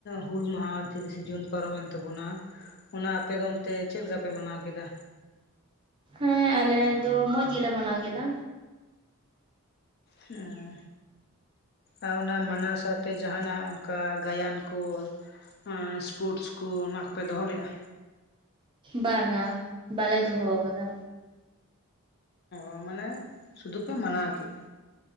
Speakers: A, on the left (about 45°); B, on the right (about 20°).
A: ᱦᱩᱞ ᱢᱟᱦᱟ ᱛᱤᱨᱤᱥᱮ ᱡᱩᱱ ᱯᱟᱨᱚᱢᱮᱱ ᱛᱟᱵᱚᱱᱟ ᱚᱱᱟ ᱟᱯᱮ ᱫᱚ ᱚᱱᱛᱮ ᱪᱮᱫ ᱞᱮᱠᱟᱯᱮ ᱢᱟᱱᱟᱣ ᱠᱮᱫᱟ
B: ᱦᱮᱸ ᱟᱞᱮ ᱫᱚ ᱢᱚᱸᱡᱽ ᱜᱮᱞᱮ ᱢᱟᱱᱟᱣ ᱠᱮᱫᱟ
A: ᱦᱮᱸ ᱟᱨ ᱚᱱᱟ ᱢᱟᱱᱟᱣ ᱥᱟᱶᱛᱮ ᱡᱟᱦᱟᱱᱟᱜ ᱚᱱᱠᱟ ᱜᱟᱭᱟᱱ ᱠᱚ ᱦᱮᱸ ᱥᱯᱳᱨᱴᱥ ᱠᱚ ᱚᱱᱟ ᱠᱚᱯᱮ ᱫᱚᱦᱚ ᱞᱮᱜᱼᱟ
B: ᱵᱟᱝᱼᱟ ᱵᱟᱞᱮ ᱫᱚᱦᱚ ᱠᱟᱫᱟ᱾
A: ᱚ ᱢᱟᱱᱮ ᱥᱩᱫᱩ ᱯᱮ ᱢᱟᱱᱟᱣ ᱠᱮᱜᱼᱟ